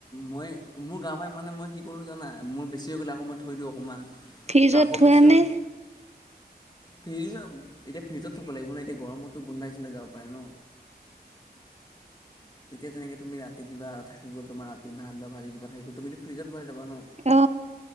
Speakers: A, on the left; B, on the right.
A: মই মোৰ গাৰ পৰা মানে মই কি কৰোঁ জানা মোৰ বেছি হৈ গ'লে আকৌ মই থৈ দিওঁ অকণমান
B: ফ্ৰিজত
A: চ' আকৌ
B: থোৱা
A: বেছি হ'ল
B: নে
A: ফ্ৰিজত এতিয়া ফ্ৰিজত থব লাগিব ন এতিয়া গৰমততো গোন্ধাই চুধাই যাব পাৰে ন এতিয়া যেনেকে তুমি এতিয়া ৰাতি কিবা গ'ল তোমাৰ ৰাতি ভাত বা ভাজি কিবা থাকি গ'ল তুমিতো ফ্ৰিজত ভৰাই থবা ন
B: অ